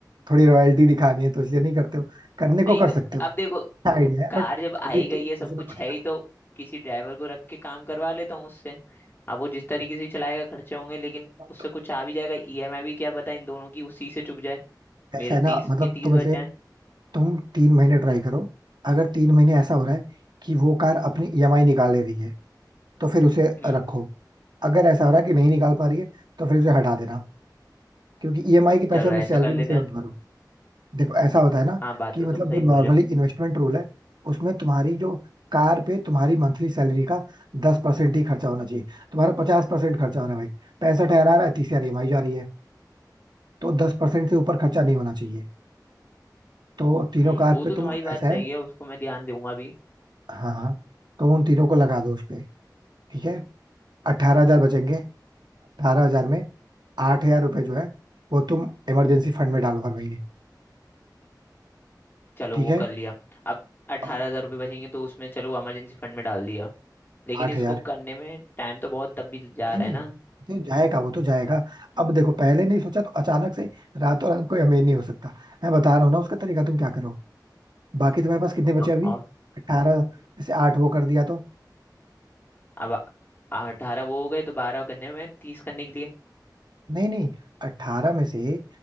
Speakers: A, on the right (about 75°); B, on the left (about 30°).
A: थोड़ी रॉयल्टी दिखानी है तो इसलिए नहीं करते हो करने को
B: नहीं
A: कर
B: तो
A: सकते हो
B: अब देखो
A: अच्छा आइडिया है
B: कार
A: बट
B: जब आई
A: अभी
B: गई
A: तुम्हें
B: है
A: सोचना
B: सब कुछ
A: पड़ेगा
B: है ही तो किसी ड्राइवर को रख के काम करवा लेता हूँ उससे अब वो जिस तरीके से चलाएगा खर्चे होंगे लेकिन उससे
A: तो
B: कुछ आ भी जाएगा ईएमआई भी क्या पता इन दोनों की उसी से चुक जाए मेरे
A: ऐसा है ना
B: तीस
A: मतलब
B: के तीस
A: तुम
B: बच
A: इसे
B: जाए
A: तुम तीन महीने ट्राई करो अगर तीन महीने ऐसा हो रहा है कि वो कार अपनी ईएमआई निकाल ले रही है तो फिर उसे
B: हम्म
A: रखो अगर ऐसा हो रहा है कि नहीं निकाल पा रही है तो फिर उसे हटा देना क्योंकि ईएमआई के पैसे
B: चलो
A: अपनी
B: ऐसा
A: सैलरी
B: कर लेते
A: में से
B: हैं
A: मत भरो देखो ऐसा होता है ना
B: हाँ बात
A: कि
B: तो
A: मतलब
B: तुम सही
A: जो
B: बोल
A: नॉर्मली
B: रहे हो
A: इन्वेस्टमेंट रूल है उसमें तुम्हारी जो कार पे तुम्हारी मंथली सैलरी का दस परसेंट ही खर्चा होना चाहिए तुम्हारा पचास परसेंट खर्चा हो रहा है भाई पैंसठ हजार आ रहा है तीस हजार ईएमआई जा रही है तो दस परसेंट से ऊपर खर्चा नहीं होना चाहिए तो तीनों
B: हम्म
A: कार
B: वो
A: पे
B: तो तुम्हारी
A: तुम
B: बात
A: ऐसा
B: सही
A: है
B: है उसको मैं ध्यान दूंगा भी
A: हाँ हाँ तो उन तीनों को लगा दो उस पे ठीक है अट्ठारह हजार बचेंगे अठारह हजार में आठ हजार रुपए जो है वो तुम इमरजेंसी फंड में डालो हर महीने
B: चलो
A: ठीक
B: वो
A: है
B: कर लिया अब अठारह
A: और
B: हजार रुपये बचेंगे तो उसमें चलो इमरजेंसी फंड में डाल दिया लेकिन
A: आठ
B: इसको
A: हजार
B: करने में टाइम तो बहुत तब भी जा
A: नहीं
B: रहा
A: नहीं
B: है ना
A: तो जाएगा वो तो जाएगा अब देखो पहले नहीं सोचा तो अचानक से रातों रात कोई अमीर नहीं हो सकता मैं बता रहा हूँ ना उसका तरीका तुम क्या करो बाकी तुम्हारे पास कितने बचे
B: नो?
A: अभी
B: और
A: अट्ठारह जैसे आठ वो कर दिया तो
B: अब अठारह वो हो गए तो बारह करने में तीस करने के लिए
A: नहीं नहीं अट्ठारह में से